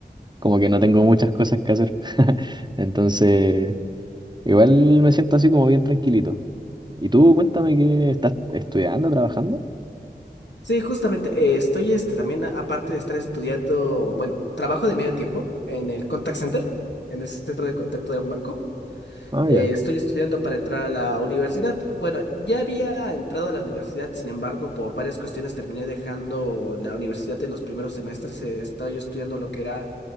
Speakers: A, on the right; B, on the left.
A: como que no tengo muchas cosas que hacer. <laughs> Entonces, igual me siento así como bien tranquilito. ¿Y tú cuéntame qué estás estudiando, trabajando?
B: Sí, justamente, eh, estoy este, también, a- aparte de estar estudiando, bueno, trabajo de medio tiempo en el contact center, en el centro de contacto de un banco.
A: Ah,
B: Eh,
A: ya.
B: estoy estudiando para entrar a la universidad. Bueno, ya había entrado a la universidad, sin embargo, por varias cuestiones terminé dejando la universidad en los primeros semestres. Eh, estaba yo estudiando lo que era